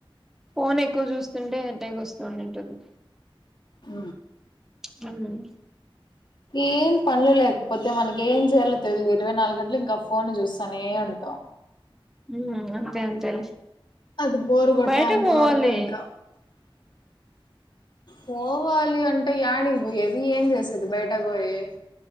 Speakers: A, in the centre; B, on the left.
A: ఫోన్ ఎక్కువ చూస్తుంటే హెడేక్ వస్తూ ఉండి ఉంటుంది
B: ఆ
A: హుమ్
B: ఏం పనులు లేకపోతే మనకి ఏం చేయాలో తెలిదు ఇరవై నాలుగు గంటలు ఇంకా ఫోన్ చూస్తానే ఉంటాం
A: మ్ అంతే అంతేలే
B: అది బోరు కొట్టే
A: బయటకు
B: అంత
A: పోవాలి
B: వరకు ఇంకా పోవాలి అంటే యాడికి పోయ్యెది ఏం జేసేది బయట పోయి